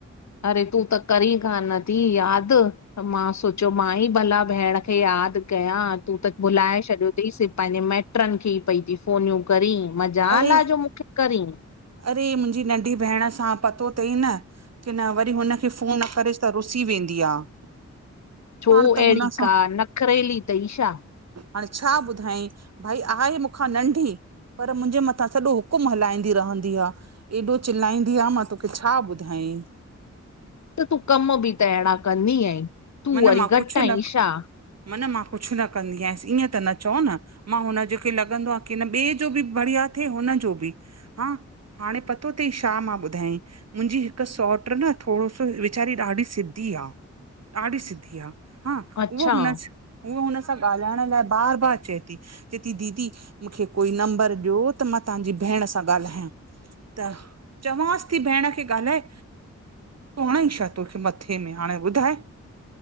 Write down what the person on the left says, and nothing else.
अरे, तूं त करी कोन थी यादि। त मां सोचियो, मां ई भला भेण खे यादि कयां। तूं त भुलाए छॾियो थई। सिफ पंहिंजे माइट पुटरनि खे ई पई फोनियूं करी। मज़ा
ला जो मूंखे करीन?
छो?
अहिड़ी
का नखरेली तई छा?
त तूं कम बि त अहिड़ा कंदी ऐ। त तूं
वरी
घटि
अहि
छा?
अच्छा